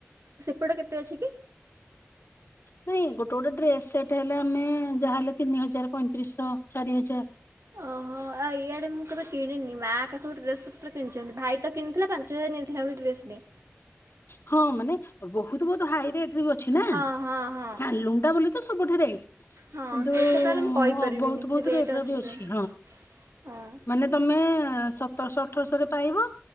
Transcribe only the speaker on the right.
ସେପଟେ କେତେ ଅଛି କି?
ଓହୋ। ଅ ଇଆଡ଼େ ମୁଁ କେବେ କିଣିନି ମାଆ ହେରିକା ସବୁ ଡ୍ରେସ ପତ୍ର କିଣିଛନ୍ତି ଭାଇ ତ କିଣିଥିଲା ପାଞ୍ଚ ହଜାର ନେଇଥିଲା ଗୋଟେ ଡ୍ରେସଟେ।
ହଁ
ହଁ ହଁ
ହଁ ସେଇଟା ତାହେଲେ ମୁଁ କହିପାରିବିନି
ରେଟ୍
କି
ନାହିଁ। ହଁ।